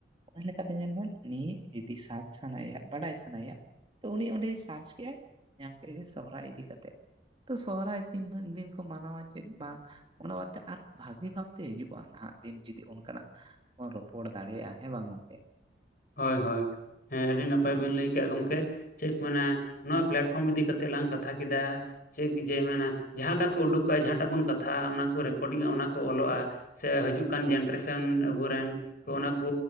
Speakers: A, on the right; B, on the left.
A: ᱚᱱᱟ ᱞᱮᱠᱟᱛᱮ ᱧᱮᱞᱢᱮᱱ ᱱᱤᱫ ᱡᱩᱫᱤ ᱥᱟᱡᱽ ᱥᱟᱱᱟᱭᱮᱭᱟ ᱵᱟᱰᱟᱭ ᱥᱟᱱᱟᱭᱮᱭᱟ ᱛᱚ ᱩᱱᱤ ᱚᱸᱰᱮᱭ ᱥᱟᱨᱪ ᱠᱮᱫᱟᱭ ᱧᱟᱢ ᱠᱮᱫᱟ ᱥᱚᱦᱨᱟᱭ ᱤᱫᱤ ᱠᱟᱛᱮ ᱥᱚᱨᱦᱟᱭ ᱛᱤᱱ ᱫᱤᱱ ᱠᱚ ᱢᱟᱱᱟᱣᱟ ᱪᱮᱫ ᱵᱟᱝ ᱚᱱᱟ ᱵᱟᱫᱛᱮ ᱟᱨᱦᱚᱸ ᱵᱷᱟᱹᱜᱤ ᱵᱷᱟᱵᱛᱮ ᱦᱤᱡᱩᱜᱼᱟ ᱱᱟᱦᱟᱜ ᱫᱤᱱ ᱡᱩᱫᱤ ᱚᱱᱠᱟᱱᱟᱜ ᱵᱚᱱ ᱨᱚᱯᱚᱲ ᱫᱟᱲᱮᱭᱟᱜᱼᱟ ᱦᱮᱸ ᱵᱟᱝ ᱜᱚᱝᱠᱮ
B: ᱦᱳᱭ ᱦᱳᱭ ᱦᱮᱸ ᱟᱹᱰᱤ ᱱᱟᱯᱟᱭ ᱵᱤᱱ ᱞᱟᱹᱭ ᱠᱮᱫᱮᱜᱼᱟ ᱜᱚᱢᱠᱮ᱾ ᱪᱮᱫ ᱠᱚ ᱢᱮᱱᱟ ᱱᱚᱣᱟ ᱯᱞᱟᱴᱯᱷᱚᱨᱚᱢ ᱤᱫᱤ ᱠᱟᱛᱮᱜ ᱞᱟᱝ ᱠᱟᱛᱷᱟ ᱠᱮᱫᱟ ᱥᱮ ᱡᱮ ᱢᱮᱱᱟ ᱡᱟᱦᱟᱸ ᱞᱮᱠᱟ ᱠᱚ ᱩᱰᱩᱠᱚᱜᱼᱟ ᱡᱟᱦᱟᱸᱴᱟᱜ ᱵᱚᱱ ᱠᱟᱛᱷᱟᱜᱼᱟ ᱚᱱᱟ ᱠᱚ ᱨᱮᱠᱚᱨᱰᱤᱝᱼᱟ ᱚᱱᱟ ᱠᱚ ᱚᱞᱚᱜᱼᱟ ᱥᱮ ᱦᱤᱡᱩᱜ ᱠᱟᱱ ᱡᱮᱱᱟᱨᱮᱥᱚᱱ ᱟᱵᱚ ᱨᱮᱱ ᱚᱱᱟ ᱠᱚ